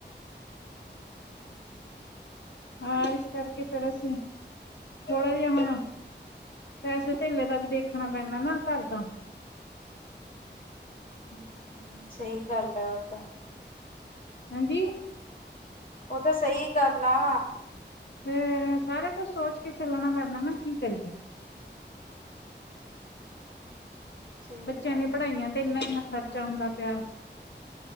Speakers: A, on the left; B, on the left.
A: ਹਾਂ, ਇਸ ਕਰਕੇ ਫੇਰ ਅਸੀਂ ਥੋੜਾ ਜਿਹਾ ਹਣਾ। ਪੈਸੇ ਧੇਲੇ ਦਾ ਵੀ ਦੇਖਣਾ ਪੈਂਦਾ ਨਾ ਘਰ ਦਾ।
B: ਹਮ ਸਹੀ ਗੱਲ ਹੈ। ਤਾਂ
A: ਹਾਂਜੀ?
B: ਉਹ ਤਾਂ ਸਹੀ ਗੱਲ ਆ।
A: ਫੇਰ ਸਾਰਾ ਕੁਛ ਸੋਚ ਕੇ ਚੱਲਣਾ ਪੈਂਦਾ ਨਾ ਕੀ ਕਰੀਏ।
B: ਸਹੀ
A: ਬੱਚਿਆਂ
B: ਗੱਲ
A: ਦੀਆਂ
B: ਆ
A: ਪੜ੍ਹਾਈਆਂ ਤੇ ਇੰਨਾ ਇੰਨਾ ਖਰਚਾ ਹੁੰਂਦਾ ਪਿਆ।